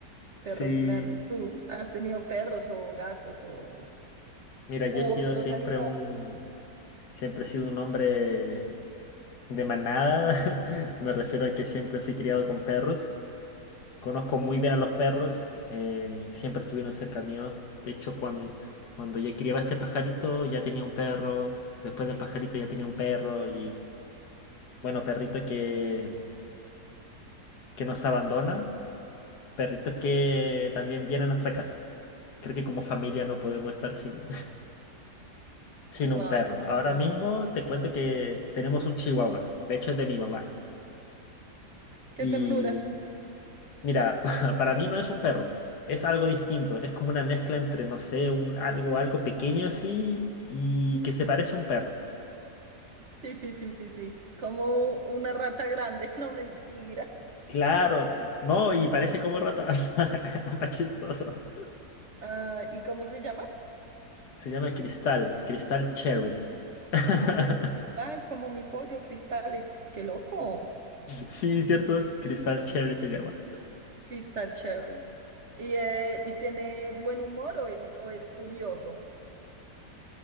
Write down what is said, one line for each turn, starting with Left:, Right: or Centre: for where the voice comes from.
Right: Perros
Left: Sí.
Right: grandes. ¿Tú has tenido perros o gatos o
Left: Mira, yo
Right: u
Left: he sido
Right: otros
Left: siempre
Right: animales?
Left: un... Siempre he sido un hombre de manada. <laughs> Me refiero a que siempre fui criado con perros. Conozco muy bien a los perros, eh, siempre estuvieron cerca mío. De hecho, cuan- cuando ya criaba este pajarito, ya tenía un perro. Después del pajarito ya tenía un perro. Y bueno, perrito que, que nos abandona, perrito que también viene a nuestra casa. Creo que como familia no podemos estar sin, <laughs> sin
Right: Wow,
Left: un perro. Ahora
Right: wow.
Left: mismo te cuento que tenemos un chihuahua, de hecho es de mi mamá.
Right: Qué
Left: y
Right: ternura.
Left: Mira, <laughs> para mí no es un perro, es algo distinto, es como una mezcla entre, no sé, un algo, algo pequeño así y que se parece a un perro.
Right: Sí, sí, sí, sí, sí. sí. Como una rata grande, <laughs> no mentiras.
Left: Claro, no, y parece como rata, <laughs> más chistoso.
Right: Ah, ¿y cómo se llama?
Left: Se llama Cristal, Cristal Cherry. <laughs>
Right: Cristal, como mi pollo, cristales. Qué loco.
Left: Sí, ¿cierto? Cristal Cherry se llama.
Right: Cristal Cherry. ¿Y, eh, y tiene buen humor o es, o es furioso?